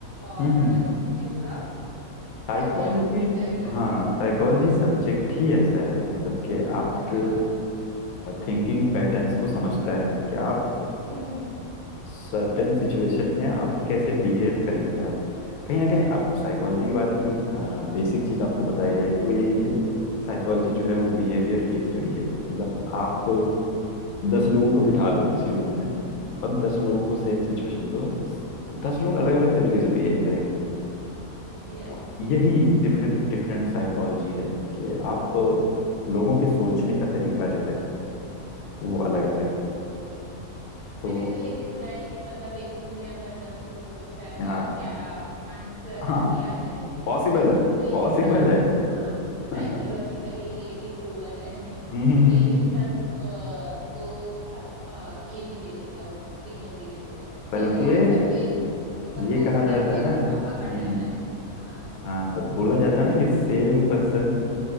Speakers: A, on the right (about 35°); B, on the left (about 80°).
A: और
B: हम्म हम्म
A: अ, इसमें थोड़ा
B: साइकोलॉजी
A: अपने आप को प्रिपेयर करती
B: हाँ
A: हूँ
B: साइकोलॉजी सब्जेक्ट ही ऐसा है मतलब कि आपके
A: हाँ
B: थिंकिंग पैटर्न्स को समझता है कि आप
A: <clears throat>
B: सर्टेन सिचुएशन में आप कैसे बिहेव करेंगे आप कहीं ना कहीं आप साइकोलॉजी के बारे में जो बेसिक चीज़ आपको बताई
A: हाँ
B: जाएगी वो यही कि साइकोलॉजी जो है वो बिहेवियर की स्टडी है मतलब आप
A: हम्म,
B: दस लोगों को बिठा दो किसी रूम में और दस लोगों को
A: ठीक
B: सेम सिचुएशन
A: है
B: दो दस लोग अलग अलग तरीके से बिहेव करेंगे
A: यस
B: तो यही डिफरेंट डिफरेंट साइकोलॉजी है कि आप लोगों के सोचने का तरीका जो है वो अलग अलग है तो
A: मैंने तो ये भी सुना है कि मतलब एक रूम में अगर दस लोग हो तो शायद
B: हाँ
A: ग्यारह आंसर
B: हाँ
A: भी आ जाए <laughs>
B: पॉसिबल है
A: कोई
B: पॉसिबल
A: इंसान
B: है
A: हाँ
B: <laughs>
A: साइकोलॉजिकली ये भी प्रूवन है <laughs>
B: हम्म,
A: कि एक इंसान अ, दो मतलब अ, ये भी दे देता है ओपिनियन भी दे देता है
B: बल्कि
A: या दो आंसर पे मतलब
B: ये
A: दो
B: कहा
A: उत्तर
B: जाता
A: पे
B: है
A: वो
B: ना
A: अ- अकड़
B: हम्म
A: जाता है हाँ
B: हाँ ब- बोला जाता है ना कि सेम पर्सन